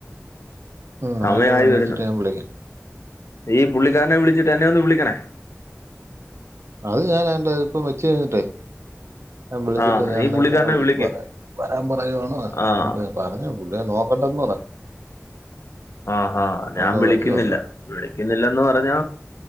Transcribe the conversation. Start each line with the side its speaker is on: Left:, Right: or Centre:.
Right: ഉം
Left: സമയായി
Right: അത് ഞാൻ വിളിച്ചിട്ട്
Left: വരുന്നു
Right: ഞാൻ വിളിക്കാം
Left: നീ പുള്ളിക്കാരനെ വിളിച്ചിട്ട് എന്നെ ഒന്ന് വിളിക്കണേ
Right: അത് ഞാൻ എന്റെ ഇപ്പൊ വെച്ച് കഴിഞ്ഞിട്ടേ ഞാൻ വിളിച്ചിട്ട്
Left: ആഹ്
Right: ഞാൻ
Left: നീ
Right: അന്നനെം
Left: പുള്ളിക്കാരനെ
Right: തന്നെ വിളിച്ച്
Left: വിളിക്ക്.
Right: പറയാ വരാൻ പറയുവാണോ ആ ഞ
Left: ആഹ്
Right: പറഞ്ഞു പുള്ളിയെ നോക്കട്ടെന്ന് പറഞ്ഞു
Left: ആഹ് ആഹ് ഞാൻ
Right: ഒന്ന്
Left: വിളിക്കുന്നില്ല
Right: വിളിച്ച് നോക്കാം
Left: വിളിക്കുന്നില്ലന്ന് പറഞ്ഞ